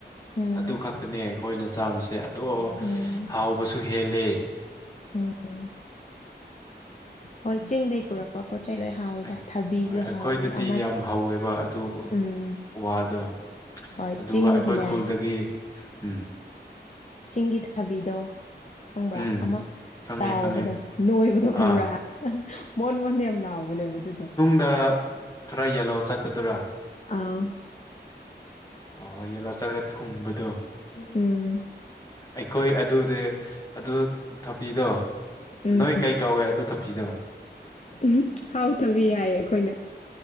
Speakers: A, on the left; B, on the left.
A: ꯎꯝ
B: ꯑꯗꯨ ꯈꯛꯇꯅꯦ ꯑꯈꯣꯏꯅ ꯆꯥꯕꯁꯦ ꯑꯗꯣ
A: ꯎꯝ
B: ꯍꯥꯎꯕꯁꯨ ꯍꯦꯜꯂꯦ꯫
A: ꯎꯝ ꯍꯣꯏ ꯆꯤꯡꯗꯩ ꯄꯨꯔꯛꯄ ꯄꯣꯠ ꯆꯩ ꯂꯣꯏ ꯍꯥꯎꯋꯤꯗ
B: ꯑꯩ-
A: ꯊꯕꯤꯖꯨ
B: ꯍꯣꯏ ꯑꯩꯈꯣꯏꯗꯗꯤ
A: ꯍꯥꯎꯋꯤ ꯑꯃ
B: ꯌꯥꯝ ꯍꯧꯋꯦꯕ ꯑꯗꯨ ꯎ-
A: ꯎꯝ꯫
B: ꯋꯥꯗꯣ
A: ꯍꯣꯏ
B: ꯑꯗꯨꯒ
A: ꯆꯤꯡꯒꯤꯅꯦ
B: ꯑꯩꯈꯣꯏ ꯈꯨꯜꯗꯒꯤ ꯎꯝ꯫
A: ꯆꯤꯡꯒꯤ ꯊꯥꯕꯤꯗꯣ ꯈꯪꯕ꯭ꯔꯥ
B: ꯎꯝ
A: ꯑꯃ
B: ꯈꯪꯉꯦ
A: ꯆꯥꯎꯕꯗꯣ
B: ꯈꯪꯉꯦ
A: ꯅꯣꯏꯕꯗꯣ ꯈꯪꯕ꯭ꯔꯥ
B: ꯑꯥ
A: ꯃꯣꯟ-ꯃꯣꯟ ꯌꯥꯝ ꯂꯥꯎꯕꯅꯦꯕ ꯑꯗꯨꯗꯣ꯫
B: ꯗ ꯈꯔ ꯌꯦꯜꯂꯣ ꯆꯥꯠꯄꯗꯨꯔꯥ꯫
A: ꯑꯥꯎ꯫
B: ꯑꯣ ꯌꯦꯂꯣ ꯆꯥꯠꯔꯒ ꯊꯨꯝꯕꯗꯣ꯫
A: ꯎꯝ
B: ꯑꯩꯈꯣꯏ ꯑꯗꯨꯗꯦ ꯑꯗꯨ ꯊꯥꯞꯄꯤꯗꯣ
A: ꯎꯝ
B: ꯅꯣꯏ ꯀꯩ ꯀꯧꯋꯦ ꯑꯗꯨ ꯊꯥꯄꯤꯗꯣ꯫
A: <unintelligible> ꯍꯥꯎꯊꯕꯤ ꯍꯥꯏꯌꯦ ꯑꯈꯣꯏꯅ꯫